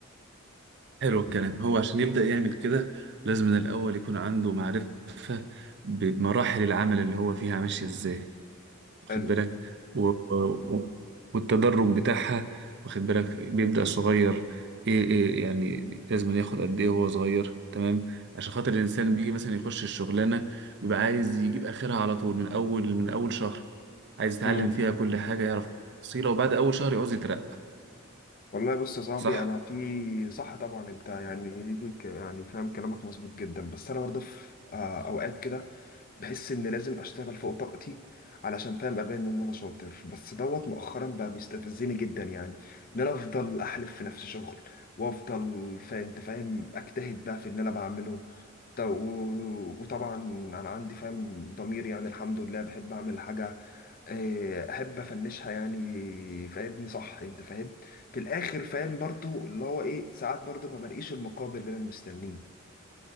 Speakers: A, on the right; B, on the left.
A: حلو الكلام هو عشان يبدأ يعمل كده لازم من الأول يكون عنده معرفة بمراحل العمل اللي هو فيها ماشية إزاي واخد
B: حلو
A: بالك و... و... والتدرج بتاعها واخد بالك بيبدأ صغير إيه, إيه يعني لازم ياخد قد إيه وهو صغير تمام عشان خاطر الإنسان بيجي مثلا يخش الشغلانة بيبقى عايز يجيب آخرها على طول من أول من أول شهر عايز يتعلم
B: امم
A: فيها كل حاجة يعرف تفصيلة وبعد أول شهر يعوز يترقى
B: والله بص يا صاحبي
A: صح؟
B: انا في صح طبعا انت يعني يعني فاهم كلامك مظبوط جدا بس انا برضه في آه، اوقات كده بحس ان لازم اشتغل فوق طاقتي علشان فاهم ابان ان انا شاطر بس دوت مؤخرا بقى بيستفزني جدا يعني ان انا افضل احلف في نفس شغل وافضل فانت فاهم اجتهد بقى في اللي انا بعمله ط- و- وطبعا انا عندي فاهم ضمير يعني الحمد لله بحب اعمل حاجه آه، احب افنشها يعني فاهمني صح انت فاهم في الاخر فاهم برضو اللي هو ايه ساعات برضو ما بلاقيش المقابل اللي انا مستنيه